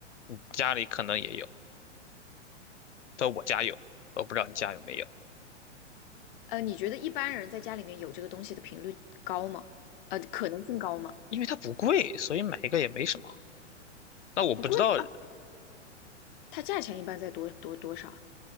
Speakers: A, on the left; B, on the left.
A: 你家里可能也有，但我家有，我不知道你家有没有，
B: 呃，你觉得一般人在家里面有这个东西的频率高吗？呃，可能性高吗？
A: 因为它不贵，所以买一个也没什么。那我不知道，
B: 不贵啊，它价钱一般在多多多少啊？